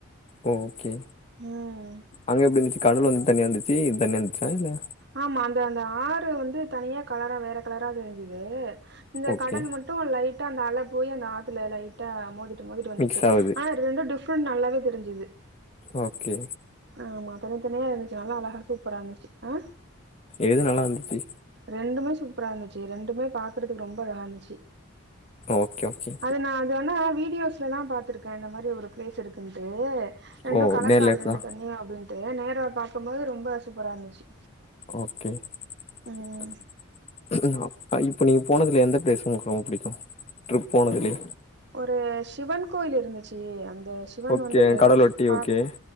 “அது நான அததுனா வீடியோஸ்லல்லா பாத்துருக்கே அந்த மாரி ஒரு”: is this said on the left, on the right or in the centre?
Right